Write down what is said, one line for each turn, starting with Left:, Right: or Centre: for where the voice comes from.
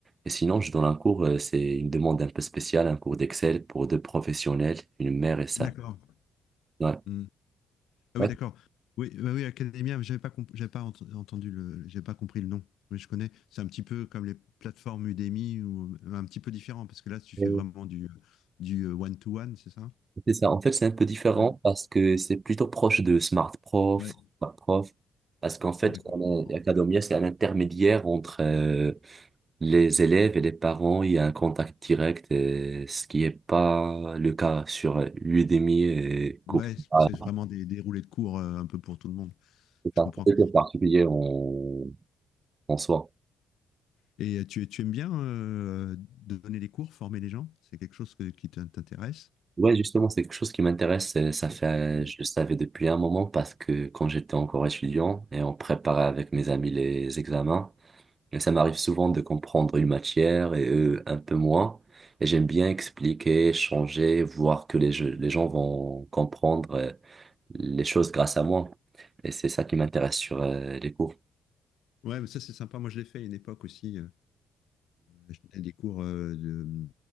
Right: Et sinon, je donne un cours, euh, c'est une demande un peu spéciale, un cours d'Excel pour deux professionnels, une mère et sa
Left: D'accord.
Right: Ouais.
Left: Hmm. Ah
Right: Ouais,
Left: oui, d'accord. Oui, bah oui, Academia, j'avais pas, comp- j'avais pas ent- entendu le, j'avais pas compris le nom. Oui, je connais. C'est un petit peu comme les plateformes Udemy, ou euh, un petit peu différent, parce que là, tu
Right: c'est
Left: fais vraiment du, du euh, one-to-one, c'est ça?
Right: c'est ça. En fait, c'est un peu différent
Left: Ouais,
Right: parce que c'est plutôt proche de Smart Prof,
Left: ouais,
Right: Smart Prof. Parce qu'en fait,
Left: ouais, d'accord.
Right: on a- Acadomia, c'est un intermédiaire entre euh, les élèves et les parents. Il y a un contact direct, euh, ce qui n'est pas le cas sur euh, Udemy et
Left: Ouais,
Right: Coursera.
Left: c'est vraiment des, des roulées de cours euh, un peu pour tout le monde.
Right: C'est
Left: Je
Right: pas
Left: comprends.
Right: c'est pas particulier en, en soi.
Left: Et euh, tu, tu aimes bien euh, donner des cours, former les gens? C'est quelque chose que- qui t'in- t'intéresse?
Right: Ouais, justement, c'est quelque chose qui m'intéresse. euh, Ça fait,
Left: Mm.
Right: je le savais depuis un moment parce que quand j'étais encore étudiant et on préparait avec mes amis les examens, Et Ça m'arrive souvent de comprendre une matière et eux un peu moins. Et j'aime bien expliquer, changer, voir que les, jeux- les gens vont comprendre euh, les choses grâce à moi. Et c'est ça qui m'intéresse sur euh, les cours.
Left: Ouais, mais ça c'est sympa. Moi je l'ai fait à une époque aussi. euh, Je donnais des cours euh, de,